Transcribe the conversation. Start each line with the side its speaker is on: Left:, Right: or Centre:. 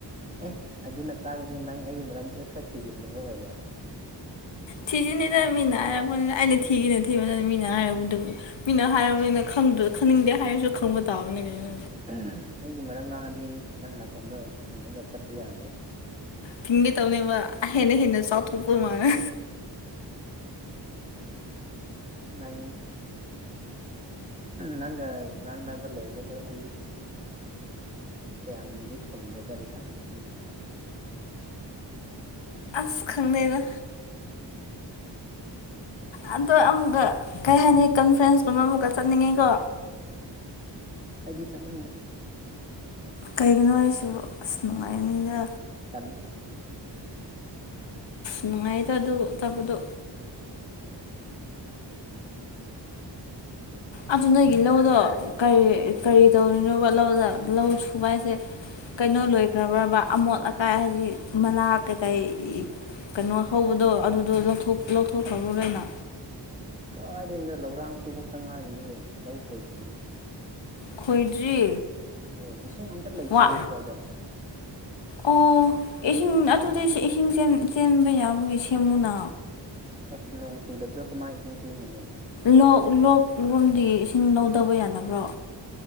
Right: ꯑꯦ ꯑꯗꯨꯅ ꯇꯥꯕꯅꯤ ꯅꯪ ꯑꯩꯒꯤ ꯃꯔꯝꯗꯨꯁꯨ ꯈꯔ ꯊꯤꯖꯤꯟꯂꯕ ꯑꯣꯏꯔꯦ
Left: ꯊꯤꯖꯤꯅꯤꯗꯅ ꯃꯤꯅ ꯍꯥꯏꯔꯛꯄꯅꯤꯅ ꯑꯩꯅ ꯊꯤꯒꯤꯅ ꯊꯤꯕꯅꯤꯅ ꯃꯤꯅ ꯍꯥꯏꯔꯛꯄꯗꯨꯕꯨ ꯃꯤꯅ ꯍꯥꯏꯔꯔꯕꯅꯤꯅ ꯈ ꯈꯪꯅꯤꯡꯗꯦ ꯍꯥꯏꯔꯁꯨ ꯈꯪꯕ ꯇꯥꯕꯅꯦ ꯀꯩꯅꯣ
Right: ꯑꯩꯒꯤ ꯃꯔꯝ ꯉꯥꯡꯉꯗꯤ ꯅꯪ ꯅꯥꯀꯣꯟꯗꯣ ꯊꯤꯡꯉꯒ ꯆꯠꯄ ꯌꯥꯗ꯭ꯔꯕ
Left: ꯊꯤꯡꯒꯦ ꯇꯧꯅꯦꯕ ꯍꯦꯟꯅ ꯍꯦꯟꯅ ꯆꯥꯎꯊꯣꯛꯄ ꯃꯥꯜꯂꯦ
Right: ꯅꯪ ꯅꯪ ꯉꯥꯡꯅꯕ ꯂꯣꯏꯕꯍꯦ ꯑꯩ ꯀꯌꯥꯝꯗꯤ ꯈꯨꯝꯗꯦꯗ ꯂꯩꯁꯥꯕꯤꯁꯤꯡꯕꯨ
Left: ꯑꯁ ꯈꯪꯅꯅ ꯑꯗꯣ ꯑꯃꯨꯛꯀ ꯀꯩ ꯍꯥꯏꯅꯤ ꯀꯟꯐ꯭ꯔꯦꯟꯁꯀꯨꯝꯕ ꯑꯃꯨꯛꯀ ꯆꯠꯅꯤꯡꯉꯤꯀꯣ
Right: ꯑꯩꯗꯤ ꯆ ꯍꯗ
Left: ꯀꯩꯒꯤꯅꯣ ꯍꯥꯏꯁꯨ ꯑꯁ ꯅꯨꯡꯉꯥꯏ ꯅꯨꯗ
Right: ꯇꯜꯂꯦ
Left: ꯅꯨꯡꯉꯥꯏꯇ ꯑꯗꯨ ꯇꯕꯗꯣ ꯑꯗꯨ ꯅꯒꯤ ꯂꯧꯗꯣꯔꯤ
Right: ꯎꯝ
Left: ꯀꯔꯤ ꯇꯧꯔꯤꯅꯣꯕ ꯂꯧꯗ ꯂꯧ ꯁꯨꯕ ꯍꯥꯏꯁꯦ ꯀꯩꯅꯣ ꯂꯣꯏꯈ꯭ꯔꯕ꯭ꯔꯕ ꯑꯃꯣꯠ ꯑꯀꯥꯏ ꯍꯥꯏꯗꯤ ꯃꯅꯥ ꯀꯩꯀꯩ ꯀꯩꯅꯣ ꯍꯧꯕꯗꯣ ꯑꯗꯨꯗꯣ ꯂꯧꯊꯣꯛꯈ꯭ꯔꯕꯅ
Right: ꯀꯥꯏꯗꯗꯣ ꯂꯧꯔꯥꯡ ꯁꯨꯕ ꯈꯛꯇ ꯉꯥꯏꯔꯤꯌꯦꯦ ꯂꯧ ꯈꯣꯏꯗ꯭ꯔꯤ
Left: ꯈꯣꯏꯗ꯭ꯔꯤ
Right: ꯍꯣꯏ ꯏꯁꯤꯡ ꯑꯝꯇ ꯂꯩꯇꯤꯌꯦ
Left: ꯋꯥ
Right: ꯁ꯭ꯋꯥꯏꯗ
Left: ꯑꯣ ꯏꯁꯤꯡ ꯑꯗꯨꯗꯩ ꯏꯁꯤꯡ ꯆꯦꯟꯕ ꯌꯥꯕꯒꯤ ꯁꯦꯃꯨꯅꯥ
Right: ꯑꯁ ꯅꯣꯡ ꯆꯨꯗꯕꯗꯣ ꯀꯃꯥꯏꯅ ꯏꯁꯤꯡ ꯆꯦꯟꯒꯅꯤ
Left: ꯂꯣꯛ ꯂꯣꯛ ꯂꯣꯝꯗꯤ ꯏꯁꯤꯡ ꯂꯧꯗꯕ ꯌꯥꯗꯕ꯭ꯔꯣ